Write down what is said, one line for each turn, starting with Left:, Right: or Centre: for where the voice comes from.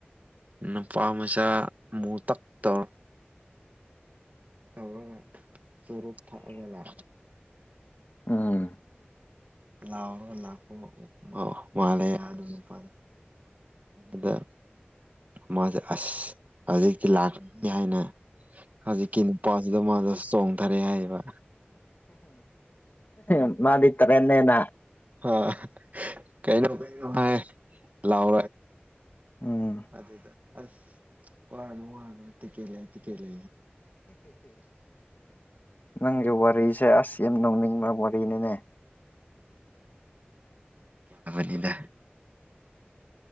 Right: ꯅꯨꯄꯥ ꯃꯆꯥ ꯃꯨ ꯇꯛ ꯇꯧꯔ ꯔ ꯁꯔꯨ ꯊꯥꯑꯒ ꯂꯥꯛ
Left: ꯎꯝ
Right: ꯂꯥꯎꯔ ꯂꯥꯛꯈꯣ ꯃꯥꯂꯦ ꯌꯥ ꯑꯗꯨ ꯅꯨꯄꯥꯔ ꯑꯗ ꯃꯥꯁꯦ ꯑꯁ ꯍꯧꯖꯤꯛꯇꯤ ꯂꯥꯛꯄꯅꯤ ꯍꯥꯏꯅ ꯍꯧꯖꯤꯛꯀꯤ ꯅꯨꯄꯥꯁꯤꯗ ꯃꯥꯗ ꯆꯣꯡꯊꯔꯦ ꯍꯥꯏꯌꯦꯕ
Left: ꯝ ꯃꯥ ꯇꯔꯦꯅꯦꯅ
Right: ꯍꯥ ꯀꯩꯅꯅ ꯂꯥꯎ
Left: ꯎꯝ
Right: ꯑꯗ ꯑꯗꯨ ꯑꯁ ꯋꯥꯅꯨ ꯋꯥꯅ ꯇ ꯀꯦ ꯂꯩ ꯇ ꯀꯦꯂ
Left: ꯅꯪꯖꯧꯋꯥꯔꯁꯦ ꯑꯁꯤ ꯑꯦꯝ ꯅꯧ ꯅ ꯃꯕ ꯀꯅꯤꯡꯅꯦ
Right: ꯀꯕꯅꯤꯗ